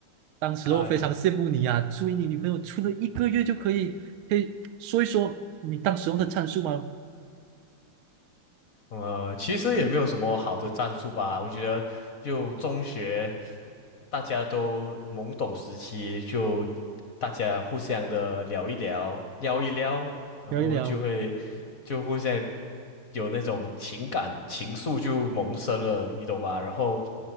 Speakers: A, on the right; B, on the left.
A: 当时候非常羡慕你呀、
B: 哎呀，
A: 所以你女朋友处了一个月就可以，可以说一说你当时候的战术吗？
B: 呃，其实也没有什么好的战术吧，我觉得就中学大家都懵懂时期，就大家互相的聊一聊，撩一撩，然后就会
A: 聊一聊。
B: 就互相有那种情感情愫就萌生了，你懂吧？然后